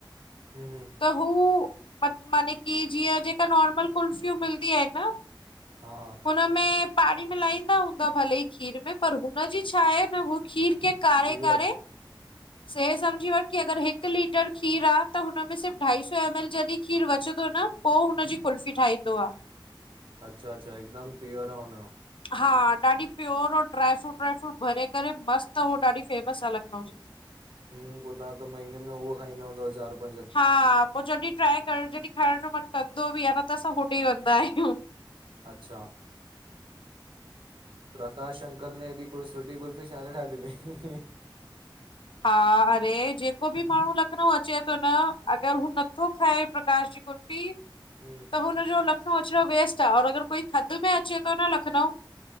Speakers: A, on the right; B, on the left.
A: हम्म हम्म
B: त हू, माने कि जीअं जेका नॉर्मल कुल्फियूं मिलदी आहिन न।
A: हा, हा
B: हुनमें पाणी मिलाईंदा हूंदा भले ही खीर में, पर हुनजी छा आहे न हू खीर के काड़े
A: पीवर
B: काड़े से समुझी वठि की अगरि हिक लीटर खीर आ त हुन में सिर्फ़ ढाई सौ एम एल जॾहिं खीर बचे थो न पोइ हुनजी कुल्फी ठाहींदो आ।
A: अच्छा अच्छा हिकदमि प्योर आ हुनजो।
B: हा ॾाढी प्योर ऐं ड्राय फ्रुट व्राय फ्रूट भरे करे मस्त ॾाढी फेमस आ लखनऊ जी।
A: हूं पोइ तव्हां त महीने में उहो खाईंदा हूंदव चारि पंज?
B: हा पोइ जॾहिं ट्राए करण, जॾहिं खाइण जो मनु कंदो बि आहे न त असां होॾे ई वेंदा आहियूं।
A: अच्छा प्रकाश अंकल ने अहिड़ी कोई सुठी कुलफी छा लाए ठाती थई।
B: हा अरे जेको बि माण्हू लखनऊ अचे थो न अगर हू नथो खाए प्रकाश जी कुरपी
A: हम्म
B: त हुनजो लखनऊ अचणो वेस्ट आ और अगर कोई थधि में अचे थो न लखनऊ